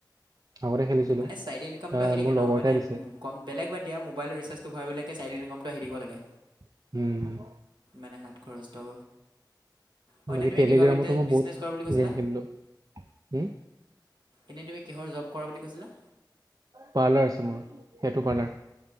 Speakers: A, on the right; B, on the right.
A: আগতে খেলিছিলোঁ
B: মানে ছাইড ইনকামটো
A: আহ
B: আহি থাকে
A: মোৰ লগৰ
B: ন মানে
A: এটাই দিছে
B: কম বেলেগ বাদ দিয়া মোবাইল ৰিচাৰ্জটো ভৰাবলৈ। ছাইড ইনকামটো আহি থাকিব লাগে।
A: উম
B: মানে হাত খৰচটো অ এনেই
A: বাকী
B: তুমি
A: টেলিগ্ৰামতো
B: কিহৰ বিজনে
A: মই
B: বিজনেছ
A: বহুত
B: কৰা বুলি কৈছিলা
A: গেম খেলিলোঁ হ
B: এনেই তুমি কিহৰ জব কৰা বুলি কৈছিলা?
A: পাৰ্লাৰ আছে মোৰ। টেটু পাৰ্লাৰ